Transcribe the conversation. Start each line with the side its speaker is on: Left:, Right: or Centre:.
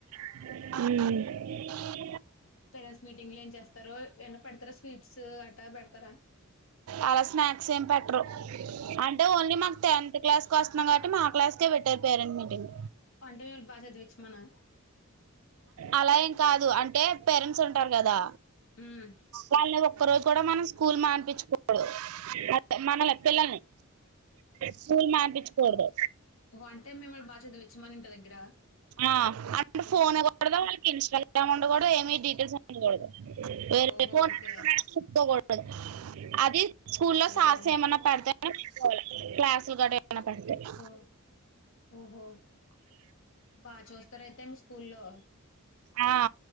Right: ఉమ్ <inaudible> <unintelligible>
Left: పేరెంట్స్ మీటింగ్ లో ఏం చేస్తారు ఎన్న పెడతారా స్వీట్స్ అట్టా పెడతారా
Right: అలా స్నాక్స్ ఏమి పెట్టరు అంటే ఓన్లీ మాకు టెన్త్ క్లాస్ క్లాస్ వస్తున్నాం కాబట్టి మా క్లాసుకే పెట్టేది పేరెంట్ మీటింగ్
Left: అంటే బాగా చదివిచ్చ మనా
Right: అలా ఏం కాదు అంటే పేరెంట్స్ ఉంటారు కదా
Left: మ్మ్
Right: వాళ్ళని ఒక్కరోజు ఇక్కడ మనం స్కూల్ మానిపించు డదు అద మనల్ పిల్లల్ని స్కూల్ మానిపించకూడదు
Left: ఓ ఓ అంటే మిమ్మల్ని బాగా చదివిచ్చమని ఇంటి దగ్గర
Right: అ అంటే ఫోన్ ఇయ్యకూడదు వాళ్ళకి ఇన్స్టాగ్రామ్ ఉండకూడదు ఏమి డీటెయిల్స్ ఉండకూడదు వేరే
Left: ఓహో
Right: ఫోను
Left: ఓకే
Right: కూడా ముట్టుకోకూడదు అది స్కూల్లో
Left: ఓహో
Right: సార్స్ ఏమన్నా పెడితేనే క్లాసులు గడ పనపడుతే <inaudible>
Left: ఓ ఓహో బాగా చూస్తారయితే మీ <inaudible>
Right: ఆ